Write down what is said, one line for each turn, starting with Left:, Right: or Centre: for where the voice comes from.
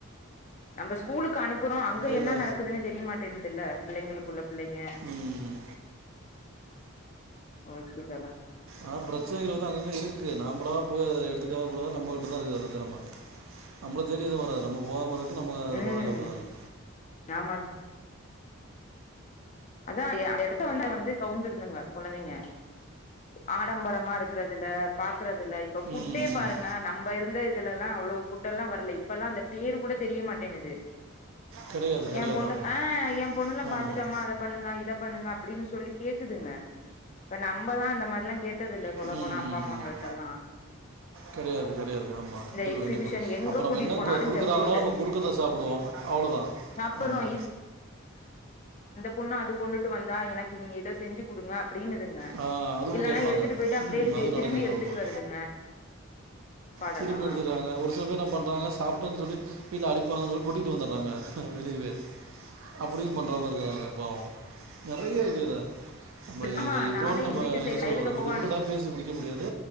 Left: நம்ம ஸ்கூலுக்கு க்கு அனுப்புறோம் அங்க
Right: ஆகல
Left: என்ன நடக்குதுன்னு தெரியமாட்டேன்னுதுல்ல பிள்ளைங்களுக்குள்ள பிள்ளைங்க
Right: ம்
Left: ஓகே தோழா
Right: ஆஹ் பிரச்சனைகள் வந்து அங்க இருக்கு நமள போய் அதை எடுத்துக்க கூடாது நம்மகிட்ட தான் இருக்குது அந்த திறமை நம்ள தேடி எதும் வராது நம போகாம இரு நமக்கு
Left: ம்
Right: பாதுகாப்பு
Left: ஆமா அதான் அந்த இடத்த வந்த வந்து கவுந்துடுந்தங்க குழந்தைங்க ஆடம்பரமா இருக்குறதுல பா பாருங்க நலப்பல்லாம் ஃட்டூ
Right: ம்
Left: பாருங்க
Right: ம்
Left: நம்ப பெரிய தெரியமாட்டேங்குது
Right: கிடையாது கிடையாது
Left: என் பொண்ணு
Right: ஆமாம்
Left: என் பொண்ணேல்லாம்
Right: ஆமாம்
Left: பாத்துட்டேமே அத பண்ணிட்டேமா பண்ணுங்க இத பண்ணுங்க அப்படின்னு சொல்லி கேக்குதுங்க இப்ப நம்மதான் அந்த மாதிரில்லாம் கேட்டது இல்ல சொல்ல
Right: ம்
Left: போனா அப்பா
Right: ம்
Left: அம்மாங்களிட்ட
Right: ம்
Left: எல்லாம்
Right: கிடையாது கிடையாது ஆமா கண்டிப்பா
Left: எக்ஸிபிஷன்
Right: கண்டிப்பா
Left: எங்க
Right: அப்புறம்என்ன
Left: கூட்டிட்டு
Right: நம்ம
Left: போனாலு
Right: என்ன குடுக்குறாங்கோ
Left: ஜங்க் ஃபுட்டு
Right: நம்ம குடுக்கறத சாப்பிடுவோம் அவ்வளோதான்
Left: சாப்புட்றோ
Right: ஆமா
Left: பொண்ண அது கொண்டுட்டு வந்தா எனக்கு நீங்க ஏதோ செஞ்சு கொடுங்க அப்படின்னுதுங்க
Right: ஆ அதுவும்
Left: இல்லன்னா
Right: கேட்பாங்க
Left: எடுத்துட்டு போயிட்டு அப்படியே
Right: ம் அதுவும்
Left: திரும்பி
Right: நடக்குது
Left: எடுத்துட்டு
Right: ஆமாம்
Left: வருதுங்க சாப்பாடெல்லா
Right: திரும்பி எடுத்துறாங்க ஒரு சில பேர் என்ன பண்றாங்க சாப்பிட்டோன்னு சொல்லி வீட்டுல அடி இப்பதிகொட்டிட்டு வந்துறாங்க அ வெளியவே அப்படியும் பண்றவங்க இருக்கிறாங்க பாவம் நெறய இருக்கு இதுல நம்ம
Left: ஆமா
Right: இதல எவ்ளவு
Left: நானே
Right: நம்ம
Left: எங்க வீட்டு சைடு
Right: என்ன சொல்லவரது
Left: வயலுக்கு போவானு
Right: ஒரு லிமிடடா பேசி முடிக்க முடியாது